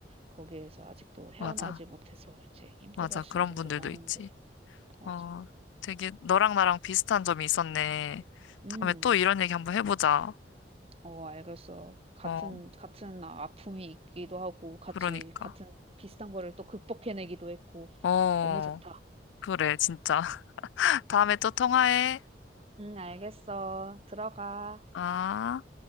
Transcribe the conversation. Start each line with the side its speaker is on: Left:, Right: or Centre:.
Right: 거기에서 아직도 헤어나오지
Left: 맞아.
Right: 못해서 이제 힘들어
Left: 맞아.
Right: 하시는
Left: 그런
Right: 분들
Left: 분들도
Right: 많은데,
Left: 있지.
Right: 맞아.
Left: 어, 되게 너랑 나랑 비슷한 점이 있었네.
Right: 음.
Left: 다음에 또 이런 얘기 한번 해보자.
Right: 어 알겠어. 같은
Left: 어,
Right: 같은 아픔이 있기도 하고 같이
Left: 그러니까.
Right: 같은 비슷한 거를 또 극복해 내기도 했고
Left: 어,
Right: 너무 좋다.
Left: 그래, 진짜. <laughs> 다음에 또 통화해.
Right: 응 알겠어. 들어가.
Left: 아.